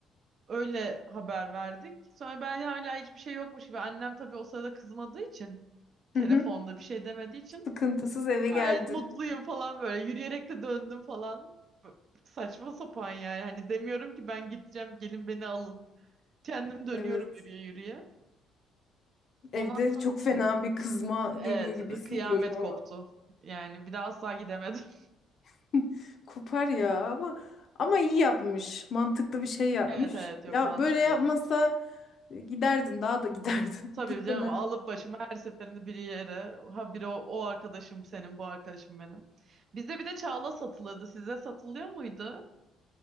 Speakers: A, on the right; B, on the left.
A: Öyle haber verdik. Sonra ben hala hiçbir şey yokmuş gibi. Annem tabii o sırada kızmadığı için telefonda
B: Hı hı.
A: bir şey demediği için
B: Sıkıntısız eve
A: Gayet
B: geldin.
A: mutluyum falan böyle. Yürüyerek de döndüm falan. Saçma sapan yani. Hani demiyorum ki ben gideceğim gelin beni alın. Kendim dönüyorum
B: Evet.
A: yürüye yürüye.
B: Evde
A: Ona
B: çok fena bir kızma
A: evet
B: geliyor gibi hissediyorum
A: kıyamet
B: ama.
A: koptu. Yani bir daha asla gidemedim. <laughs>
B: <laughs> Kopar ya ama ama iyi yapmış. Mantıklı bir şey yapmış.
A: Evet evet yok
B: Ya
A: mantıklı.
B: böyle yapmasa e, giderdin daha da giderdin.
A: Tabii
B: <laughs> Gitmemen.
A: canım alıp başımı her seferinde bir yere. Ha biri o, o arkadaşım senin bu arkadaşım benim. Bizde bir de Çağla satılırdı. Size satılıyor muydu?